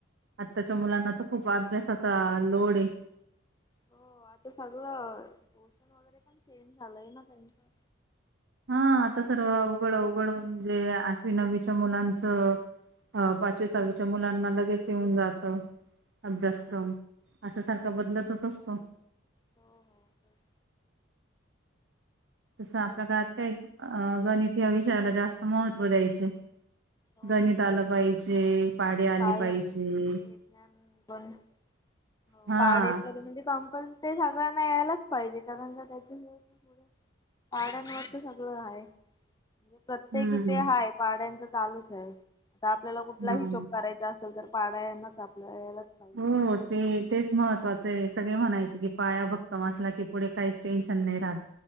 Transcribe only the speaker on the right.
आत्ताच्या
मुलांना
तर खूप अभ्यासाचा लोड हे.
हा आता सर्व अवघड, अवघड म्हणजे आठवी नववीच्या मुलांचं. अ पाचवी, सहावीच्या मुलांना लगेच येऊन जातं. अभ्यासक्रम
असा सारखा बदलतच असतो.
तसं आपल्या
काळात काय अ गणित या विषयाला जास्त महत्त्व द्यायचे.
गणित आलं
पाहिजे, पाडे आले पाहिजे.
हा.
हम्म
हम्म.
हो ते तेच महत्वाचं आहे सगळे म्हणायचे की पाया भक्कम असला की पुढे काहीच टेन्शन नाही राहत.